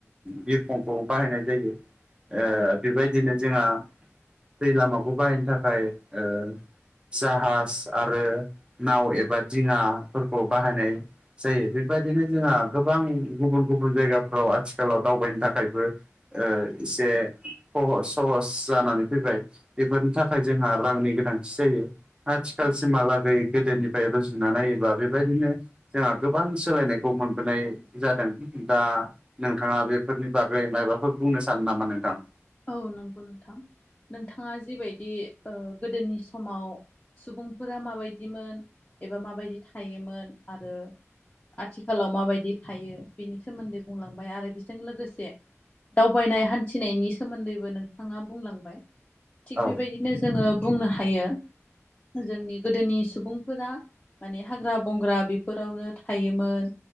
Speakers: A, on the right (about 20°); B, on the left (about 25°).
A: बिरखंखौ बाहायनाय जायो ओ
B: औ
A: बेबायदिनो जोंहा दै लामाखौ बाहायनो थाखाय ओ जाहाज आरो नाव एबा दिङाफोरखौ बाहायनाय जायो बेबायदिनो जोंहा गोबां गुबुन गुबुन जायगाफ्राव आथिखालाव दावबायनो थाखाय थाखायबो ओ एसे सहस जानानै फैबाय। बेफोरनि थाखाय जोंहा रांनि गोनांथि जायो आथिखालसिहालागै
B: औ औ
A: गोदोनिफ्रायथ' रुजु रुजुना नायोबा बेबायदिनो जोंहा गोबां सोलायनायखौ मोनबोनाय जादों दा नोंथाङा बेफोरनि बागै मायबाफोर बुंनो सानो नामा नोंथां?
B: औ नंगौ नोंथां नोंथाङा जिबायदि ओ गोदोनि समाव सुबुंफोरा माबायदिमोन एबा माबायदि थायोमोन आरो आथिखालाव माबायदि थायो बेनि सोमोन्दै बुंलांबाय आरो बेजों लोगोसे दावबायनाय हान्थिनायनि सोमोन्दैबो नोंथाङा बुंलांबाय थिग
A: औ
B: बेबायदिनो जोङो बुंनो हायो जोंनि गोदोनि सुबुंफोरा माने हाग्रा बंग्रा बेफोरावनो थायोमोन।